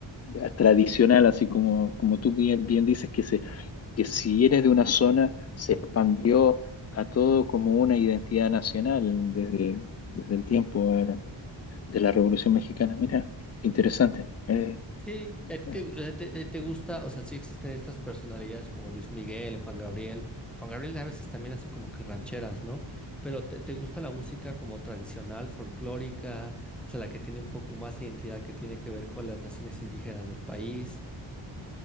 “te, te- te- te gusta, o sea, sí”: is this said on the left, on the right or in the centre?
Centre